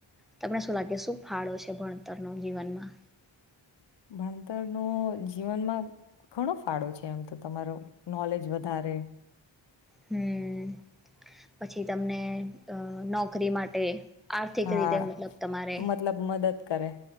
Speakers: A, in the centre; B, on the left.
A: તમને શું લાગે શું ફાળો છે ભણતરનો જીવનમાં
B: ભણતરનો જીવનમાં ઘણો ફાળો છે એમ તો તમારો નોલેજ વધારે
A: હમ પછી તમને અ નોકરી માટે આર્થિક
B: હા
A: રીતે મતલબ તમારે
B: મતલબ મદદ કરે